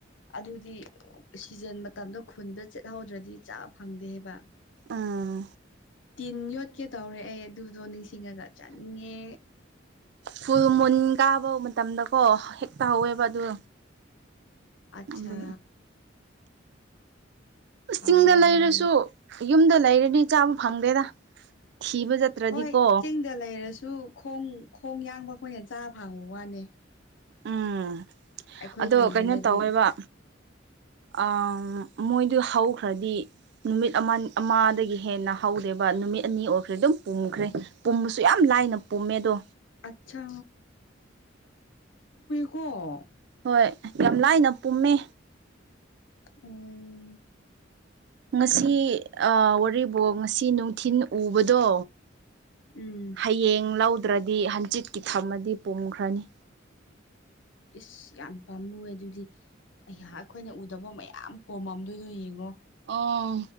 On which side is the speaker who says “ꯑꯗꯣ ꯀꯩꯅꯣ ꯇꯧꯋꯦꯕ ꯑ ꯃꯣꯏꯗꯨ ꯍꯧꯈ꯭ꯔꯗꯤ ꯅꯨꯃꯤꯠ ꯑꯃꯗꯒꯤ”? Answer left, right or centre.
Right